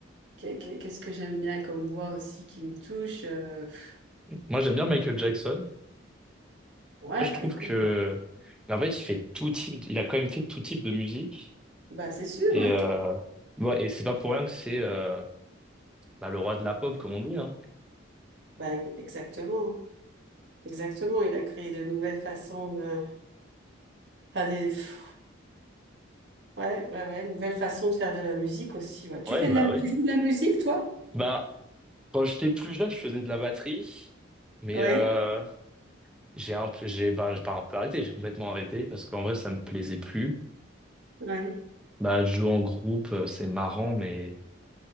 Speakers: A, on the right; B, in the centre.
A: qu'est- qu'est- qu'est-ce que j'aime bien comme voix aussi qui me touche? euh, pff,
B: Moi j'aime bien Michael Jackson.
A: ouais,
B: Ça, je
A: bah
B: trouve
A: écoute,
B: que mais en fait il fait tout type, il a quand même fait tout type de musique.
A: bah c'est sûr,
B: Et
A: ouais.
B: euh, ouais, et c'est pas pour rien que c'est euh, bah, le roi de la pop comme on dit hein.
A: Bah e-, exactement, exactement. Il a créé de nouvelles façons de... Enfin, des... pff, ouais, ouais, ouais, nouvelles façons de faire de la musique aussi. Ouais. Tu
B: Ouais
A: fais
B: bah
A: de la...
B: ouais.
A: Tu joues de la musique, toi?
B: Bah Quand j'étais plus jeune, je faisais de la batterie, mais
A: Ouais,
B: euh, j'ai un peu, j'ai, ben, j'ai pas un peu arrêté, j'ai complètement arrêté parce qu'en vrai, ça me plaisait plus.
A: ouais,
B: Bah, de jouer en groupe, euh, c'est marrant, mais